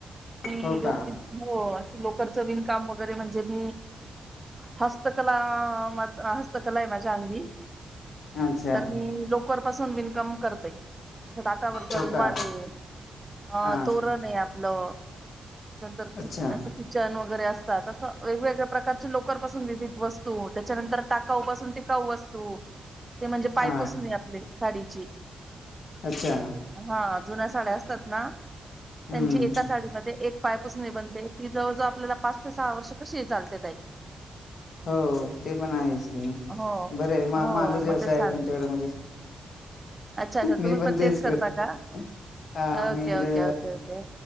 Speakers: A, on the right; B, on the left.
A: म
B: हो
A: गरदी
B: का
A: हो अस, लोकरच विणकाम वगैरे म्हणजे बन ज, हस्तकला म हस्तकला आहे माझ्या अंगी.
B: अच्छा
A: तर मी लोकर पासून विन म करते, हातावरचा
B: हो
A: रुमाल
B: का
A: आहे. आ
B: हा
A: तोरण आहे. लो. तर कि
B: अच्छा
A: असं किचन वगैरे असतात. असं वेगवेगळ्या प्रकारचे लोकरपासून विविध वस्तू त्याच्यानंतर टाकाऊ पासून टिकाऊ वस्तू, ते म्हणजे पायपुसणे
B: हा
A: आपली साडीची,,
B: अच्छा
A: हां जुन्या साड्या असतात ना
B: हम्म
A: त्यांची एका साडीमध्ये एक पायपुसनी बनते, ती जवळजवळ आपल्यालाला पाच ते सहा वर्ष कशीही चालते ताई...
B: होऽऽ ते पण आहेच की,,
A: हो
B: बर आहे मग.
A: हो
B: माझा च व्यवसाय
A: मग ते सांग
B: आहे तुमच्याकडे म्हणजे,,
A: अच्छा अच्छा तुम्ही
B: मी पण तेच
A: करता
B: करते.
A: का
B: हा,
A: ओके
B: मी ज
A: ओके ओके ओके